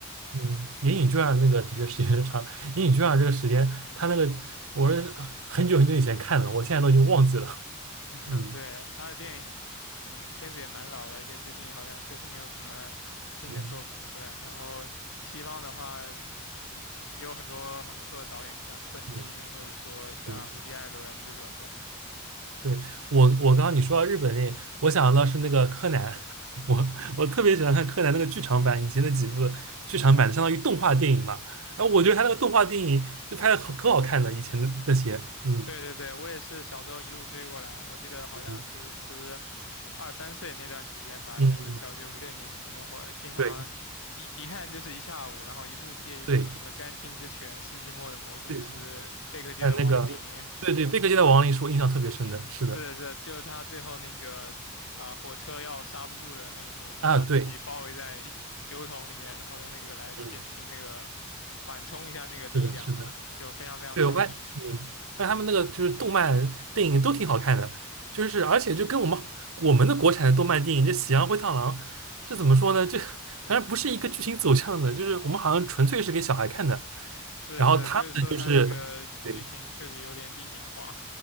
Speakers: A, on the right (about 70°); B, on the left (about 65°).
A: 嗯，《银影卷》那个的确时间长，《银影卷》这个时间，它那个我是很久很久以前看的，我现在都已经忘记了。
B: <laughs> 嗯，
A: 嗯
B: 对，他的电影，嗯，片子也蛮老的，而且最近好像确实没有什么新的作品出来。
A: 嗯
B: 然后西方的话，也有很多很不错的导演，像昆汀或者说像伍迪·
A: 嗯嗯。
B: 艾伦这种的。
A: 对，我，我刚刚你说到日本电影，我想到是那个柯南，<laughs> 我我特别喜欢看柯南那个剧场版，以前的几部剧场版相当于动画电影嘛，然后我觉得他那个动画电影就拍的可可好看了，以前的那些，嗯
B: 对对对，我也是小时候一路追过来，我记得好像是十
A: 嗯
B: 二三岁那段时间吧，
A: 嗯，
B: 就是小学五六年级那会儿，经常一一看就是一下午，
A: 对
B: 然后一部接一部，
A: 对
B: 什么《甘青之拳》《世纪末的魔术师》《贝克街的亡灵》
A: 对，还有那个，对对，贝克街的亡灵是我印象特别深的，是的，
B: 是的，是的，就是他最后那个啊、火车要刹不住的那一幕，他把自己包围在一酒桶里面，
A: 啊对，
B: 然后用那个来减轻那个缓冲一下那个力量吧，
A: 嗯，是的是的。
B: 就非常非常聪明。
A: 对，我发现，嗯，发现他们那个就是动漫电影都挺好看的，就是而且就跟我们我们的国产的动漫电影，这《喜羊灰太狼》，这怎么说呢？这反正不是一个剧情走向的，就是我们好像纯粹是给小孩看的，
B: 是的是的就是说他那个剧情确实有点低龄化，
A: 然后他们对